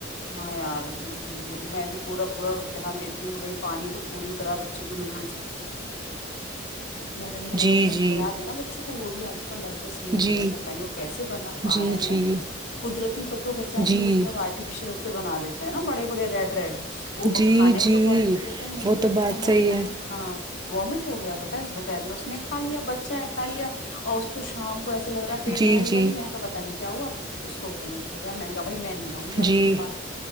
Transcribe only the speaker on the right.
جی
جی
جی
جی
جی
جی
جی
جی
وہ
تو بات
صحیح
ہے
جی
جی
جی